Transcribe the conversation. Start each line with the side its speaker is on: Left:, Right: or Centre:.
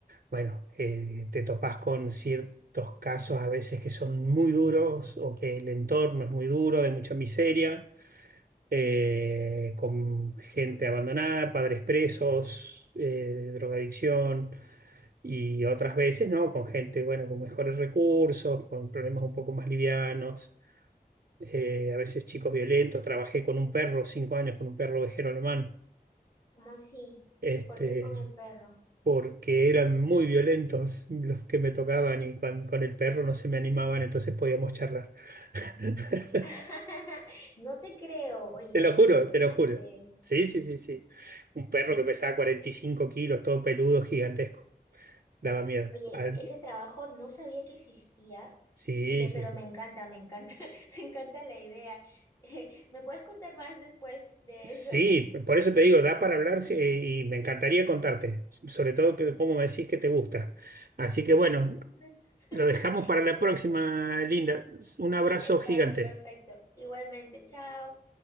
Right: bueno, eh, te topás con ciertos casos a veces que son muy duros o que el entorno es muy duro, de mucha miseria, eh,
Left: Mm.
Right: con gente abandonada, padres presos, eh, drogadicción y otras veces, ¿no? Con gente, bueno, con mejores recursos, con problemas un poco más livianos, eh, a veces chicos violentos, trabajé con un perro, cinco años con un perro ovejero alemán.
Left: ¿Cómo así?
Right: Este,
Left: ¿Por qué con el perro?
Right: porque eran muy violentos los que me tocaban y cuan- con, el perro no se me animaban,
Left: Ah.
Right: entonces podíamos charlar. <laughs>
Left: <laughs> No te creo. Oye,
Right: Te
Left: qué
Right: lo
Left: interesante.
Right: juro, te lo juro. Sí, sí, sí, sí. Un perro que pesaba 45 kilos, todo peludo, gigantesco. Daba miedo.
Left: Oye,
Right: Ah,
Left: ese trabajo no sabía que existía
Right: Sí,
Left: y me,
Right: sí,
Left: pero
Right: sí.
Left: me encanta, me encanta, <laughs> me encanta la idea. <laughs> ¿me puedes contar más después de
Right: Sí,
Left: eso?
Right: por eso te digo, da para hablar sí, y me encantaría contarte, so, sobre todo que cómo me decís que te gusta. Así que
Left: Sí,
Right: bueno,
Left: sí, me encanta. <laughs>
Right: lo dejamos para la
Left: Qué
Right: próxima,
Left: loco.
Right: Linda. Un abrazo
Left: Sí, está
Right: gigante.
Left: perfecto. Igualmente, chao.